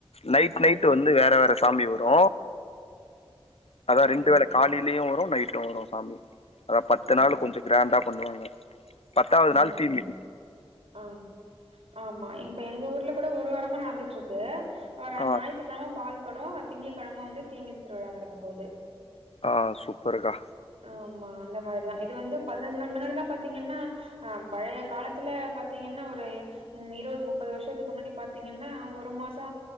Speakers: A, on the left; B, on the right.
A: நைட்
B: அப்டியா
A: நைட் வந்து வேற வேற சாமி வரு அதா
B: நல்லது
A: ரெண்டு வேள காலி லியு வரு நைட்டு வரு சாமி. அதா பத்து
B: ம்
A: நாளு கொஞ்சோ கிராண்டா பண்ணுவாங்க. பத்தாவ்து
B: நல்லது
A: நாள் தீ
B: நல்லது
A: மிதி
B: ஆ ஆமா இப்ப எங்க ஊர்ல கூட ஒரு வாரமா நடந்துட்ருக்கு. வர்ற
A: ஆ
B: ஞாயித்துக்கிழம பால் கொடோ திங்கக்கிழம வந்து தீமிதி திருவிழா நடக்க போது
A: ஆ சூப்பர்க்கா
B: ஆமா அந்த மாதிரிதா இது வந்து பதினஞ்சு நாள் முன்னாடிலா பாத்தீங்கன்னா ஆ பழைய காலத்துல பாத்தீங்கன்னா ஒரு ம் இருவது முப்பது வருஷத்துக்கு முன்னாடி பாத்தீங்கன்னா ஒரு மாசோ